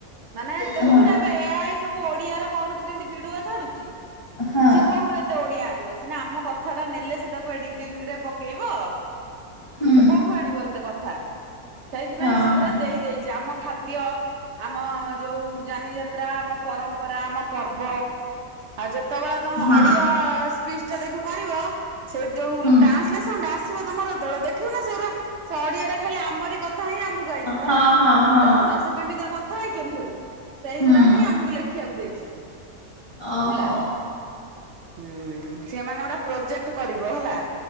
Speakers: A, on the right; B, on the left.
A: ମାନେ
B: ହଁ
A: ଦେଖୁନ ଏବେ ଏ ଏଇ ସବୁ ଓଡିଆର କରୁଛି କେମତି ବିଡିଓ ଛାଡୁଛି।
B: ହଁ
A: ସି କୋଉଠୁ ଏତେ ଓଡିଆ ଆଣିବ ସିନା ଆମ କଥାଟା ନେଲେ ସେ ତାକୁ ଏଡିଂରେ ପକେଇବ
B: ହୁଁ
A: ସେ କୋଉଠୁ ଆଣିବ ଏତେ କଥା। ସେଇଥିପାଇଁ
B: ହଁ
A: ସେ
B: ହଁ
A: ପୁରା ଦେଇ ଦେଇଛି ଆମ ଖାଦ୍ୟ ଆମ ଯୋଉ ଜାନି ଯା ଯାତ୍ରା ଆମ ପରମ୍ପରା ଆମ ପର୍ବ ଆଉ ଯେତେ ଯେତେବେଳେ ତମେ
B: ହଁ ହଁ
A: ଅଡିଓ ସ୍ପିଚ ଟା ଦେଖିବୁ କରିବ ସେ ଯୋଉ
B: ହୁଁ
A: ଟ୍ରାନ୍ସଲେସ ଟା ଆସିବ ତମର ଯେତେବେଳ ଦେଖିବୁ ନା ସେରୁଲା ସେ ଅଡିଓ ରେ ଖାଲି ଆମ କଥା ହଁ ଆମକୁ ଆଇଛି ଧର
B: ହଁ
A: ତ
B: ହଁ ହଁ
A: ଦେଖୁନ ସେ କେମିତିଆ କଥା କଥା ହେଇଛନ୍ତି ସବୁ ସେଇଗୁୁରା
B: ହୁଁ
A: ହିଁ ଆମକୁ ଲେଖିବାକୁ ଦେଇଛି।
B: ଓହୋ।
A: ହେଲା। ହୁଁ ସେମାନେ ଗୋଟେ ପ୍ରୋଜେକ୍ଟ କରିବ ହେଲା